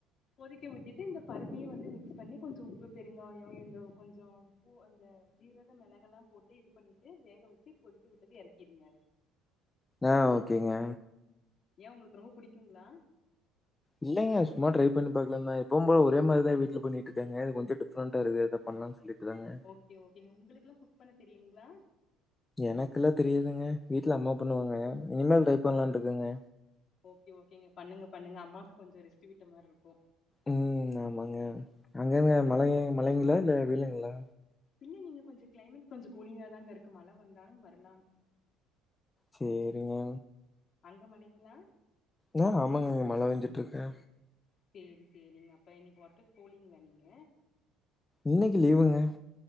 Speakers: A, on the left; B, on the left.
A: கொதிக்க விட்டுட்டு இந்த பருப்பையு வந்து மிக்ஸ் பண்ணி கொஞ்சொ உப்பு பெருங்காயோ இந்த கொஞ்சோ பு அந்த ஜீரக மெளகெல்லாம் போட்டு இது பண்ணிட்டு வேக வெச்சி கொதிக்க விட்டது எறக்கிருங்க.
B: ஆ ஓகேங்க.
A: ஏ உங்குளுக்கு ரொம்ப புடிக்குங்ளா?
B: இல்லைங்க சும்மா ட்ரை பண்ணி பாக்லான் தா எப்பவும் போல ஒரே மாரிதா வீட்ல பண்ணிட்டுக்காங்க இது கொஞ்சோ டிஃப்ரெண்டா இருக்தே அதா. பண்லான் சொல்லிட்டு தாங்க.
A: ஒகே ஓகேங்க உங்குளுக்லா குக் பண்ண தெரியுங்ளா?
B: எனக்குல்லா தெரியாதுங்க வீட்ல அம்மா பண்ணுவாங்க இனிமேல் ட்ரை பண்லான்டுக்கங்க.
A: ஓகே ஓகே ஓகேங்க பண்ணுங்க பண்ணுங்க அம்மாக்கு கொஞ்சோ ரெஸ்ட்டு விட்ட மார்ருக்கு.
B: ம் ஆமாங்க அங்கங்க
A: ஓ
B: மழைய மழைங்ளா இல்ல வெய்லுங்ளா?
A: இல்லைங்க இங்க கொஞ்ச கிளைமேட் கொஞ்சோ கூலிங்கா தாங்க இருக்கு மழ வந்தாலும் வரலாம்.
B: சேரிங்க.
A: அங்க மழைங்ளா?
B: நா ஆமாங்க <unintelligible> மழை பெஞ்சிட்ருக்கே
A: சேரி சேரிங்க அப்ப இன்னிக் ஒர்க்குக் போலீங்ளா நீங்க
B: இன்னிக்கு லீவுங்க